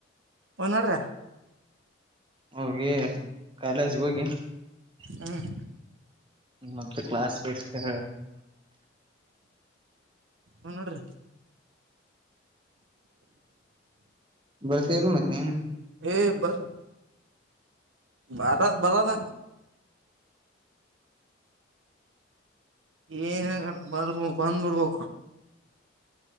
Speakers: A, on the right; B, on the right.
A: ಒಡ್ರ
B: ಹೋಗಿ ಕಾಲೇಜ್ ಹೋಗಿ
A: ಹ್ಮ್
B: ಮತ್ತ ಕ್ಲಾಸ್ಸ್ ಟಿ
A: ಹ್ ನೋಡ್ರಿ
B: ಬರ್ತ ಎಲ್ಲ ಮತ್ತ ನೀನು
A: ಏ ಬರ್ರ ಬರ ಬರದ ಏನ್ಲ್ಲ ಬರ್ಬ ಬಂದ್ಬಿಡ್ಬೇಕು